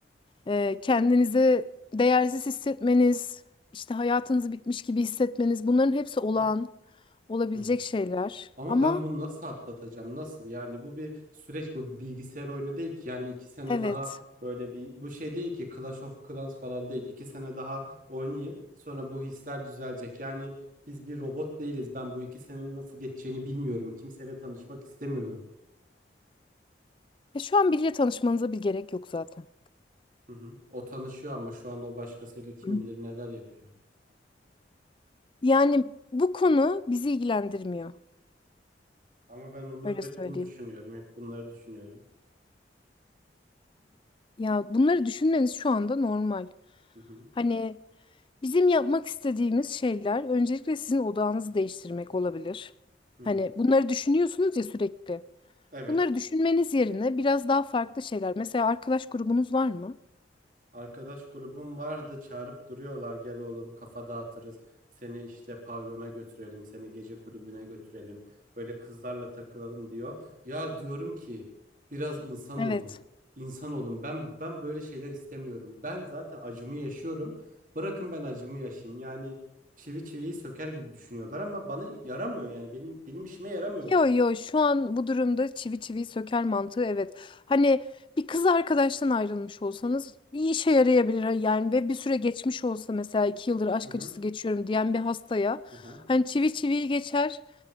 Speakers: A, on the left; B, on the right.
A: Ee, kendinizi değersiz hissetmeniz, işte hayatınızı bitmiş gibi hissetmeniz bunların hepsi olağan
B: hı hı,
A: olabilecek
B: hı hı.
A: şeyler.
B: Ama
A: Ama
B: ben bunu nasıl atlatacağım? Nasıl? Yani bu bir süreç, bu bir bilgisayar oyunu değil ki. Yani iki sene
A: evet,
B: daha böyle bir bu şey değil ki Clash of Clans falan değil. İki sene daha oynayayım. Sonra bu hisler düzelecek. Yani biz bir robot değiliz. Ben bu iki senenin nasıl geçeceğini bilmiyorum. Kimseyle tanışmak istemiyorum.
A: e, şu an biriyle tanışmanıza bir gerek yok zaten.
B: Hı hı. O tanışıyor ama şu an o başkasıyla kim
A: Hı.
B: bilir neler yapıyor.
A: Yani bu konu bizi ilgilendirmiyor.
B: Ama ben onu
A: Öyle
B: hep
A: söyleyeyim.
B: bunu düşünüyorum. Hep bunları düşünüyorum.
A: Ya bunları düşünmeniz şu anda normal.
B: Hı hı.
A: Hani bizim yapmak istediğimiz şeyler öncelikle sizin odağınızı değiştirmek olabilir.
B: Hı
A: Hani
B: hı.
A: bunları düşünüyorsunuz ya sürekli.
B: Evet.
A: Bunları düşünmeniz yerine biraz daha farklı şeyler. Mesela arkadaş grubunuz var mı?
B: Arkadaş grubum vardı çağırıp duruyorlar gel oğlum kafa dağıtırız seni işte pavyona götürelim seni gece kulübüne götürelim böyle kızlarla takılalım diyor. Ya diyorum ki biraz insan
A: Evet.
B: olun insan olun ben ben böyle şeyler istemiyorum ben zaten acımı yaşıyorum bırakın ben acımı yaşayayım yani çivi çiviyi söker gibi düşünüyorlar ama bana yaramıyor yani benim benim işime yaramıyor
A: Yo
B: bu.
A: yo şu an bu durumda çivi çiviyi söker mantığı evet. Hani bir kız arkadaştan ayrılmış olsanız bir işe yarayabilir Hani yani ve bir süre geçmiş olsa mesela iki yıldır aşk
B: Hı hı.
A: acısı geçiyorum diyen bir hastaya
B: Hı hı.
A: hani çivi çiviyi geçer